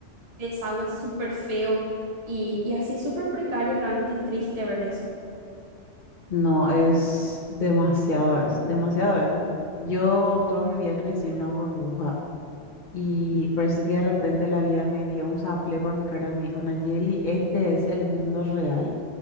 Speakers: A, on the right; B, on the left.
A: desagüe súper feo y, y así es súper precario realmente y triste ver eso.
B: No, es demasiado, es demasiado, es. Yo toda mi vida crecí en una burbuja y parece que de repente la vida me dio un saplé por mi cara y me dijo, Nayeli, este es el mundo real